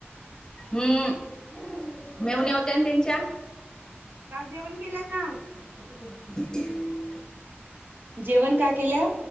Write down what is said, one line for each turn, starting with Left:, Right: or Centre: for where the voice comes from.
Left: हम्म मेव्हण्या होत्या ना त्यांच्या
Right: का जेवण केल्या का
Left: हो <inaudible>
Right: जेवण का केल्या